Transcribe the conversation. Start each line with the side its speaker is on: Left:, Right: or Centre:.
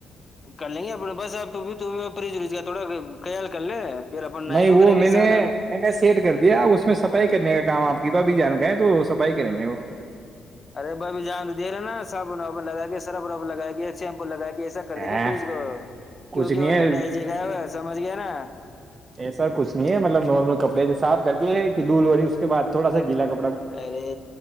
Left: کر لیں گے اپنے بس آپ تو بھی تو تھوڑا خیال کر لے پھر اپن نائٹ
Right: نہیں
Left: کو
Right: وہ
Left: کریں گے
Right: میں نے
Left: سات آٹھ
Right: میں نے سیٹ کر دیا اس میں صفائی کرنے کا کام آپ کی بھ بھیھی جان گ ہے تو صفائی کریں گے وہ
Left: ارے با بھی جان دے رہے نا صابن وابن لگا کے سرف ورف لگا کے سیمپو لگا کے ایسا کر
Right: ا
Left: دیں گے فریج کو کیونکہ
Right: کچھ نہیں
Left: ان
Right: ہے
Left: کا ڈائجے گا ہے سمجھ گیا نا
Right: ایسا کچھ نہیں ہے مطلب نارمل کپڑے کے ساب دی ہیں کہ دھ بوری اس کے بع تھوڑا سا گیلا کا
Left: ارے